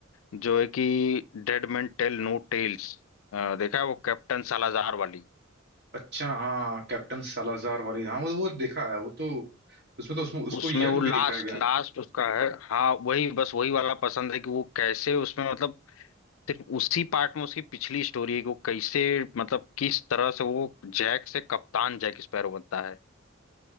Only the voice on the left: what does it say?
जो है कि dead man tell no tales देखा है वो कैप्टन सालाजार वाली
उसमें
वो लास्ट
लास्ट उसका है हाँ वही बस वही वाला पसंद है कि वो कैसे उसमें मतलब सिर्फ उसी पार्ट में उसकी पिछली स्टोरी है कि वो कैसे मतलब किस तरह से वो जैक से कप्तान जैक स्पैरो बनता है